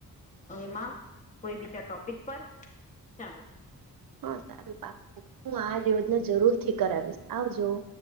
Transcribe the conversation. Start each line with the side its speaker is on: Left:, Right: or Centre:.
Left: એમાં કોઈ બીજા ટોપિક પર ચાલો.
Right: હા સારું પાકુ હું આ યોજના જરૂર થી કરાવીશ આવજો.